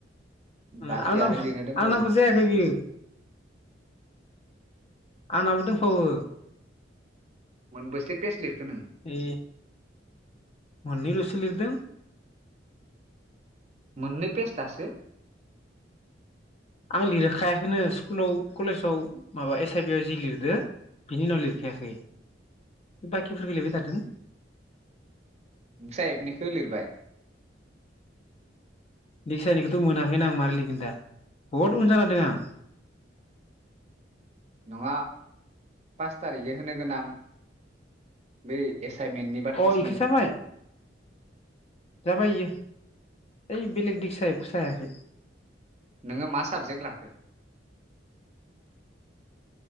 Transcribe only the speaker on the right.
बाखि आरो लिरनो दंबावयो
मोनबेसे पेज लिरखो नोङो
मोननै पेस्ट दासो।
नोंसा एपनिखौ लिरबाय?
नङा पास थारिगै होनो गोनां बेै एस साइमेन्टनि बाथ्रासो
बुंदों
आं।
नोङो मा साबजेक्ट लाखो?